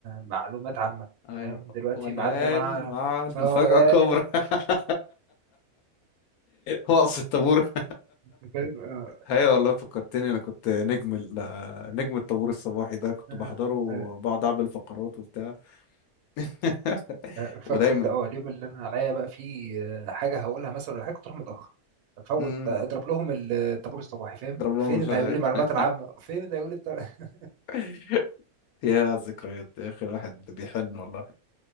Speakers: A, on the right; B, on the left.
A: معلومات عامة
B: ايوه
A: فاهم دلوقتي
B: والان
A: ميعادنا مع
B: مع المفاجأة
A: اه لا
B: الكبرى <laughs> وقف الطابور
A: <laughs> فاهم اه
B: ايوه والله فكرتني انا كنت نجم ال... نجم الطابور الصباحي ده كنت
A: آه.
B: بحضره وبقعد
A: آه،
B: اعمل فقرات وبتاع <laughs>
A: آه، فكنت
B: ودايما
A: اه اليوم اللي انا عليا بقى فيه آه، حاجه هقولها مثلا ولا حاجه كنت اروح متاخر افوت
B: امم
A: آه، اضرب لهم الطابور الصباحي فاهم
B: ضرب لهم
A: فين
B: ال-
A: اللي هيقول لي المعلومات العامه فين اللي هيقول لي التر... <laughs>
B: <laughs> يا ذكريات يا اخي الواحد بيحن والله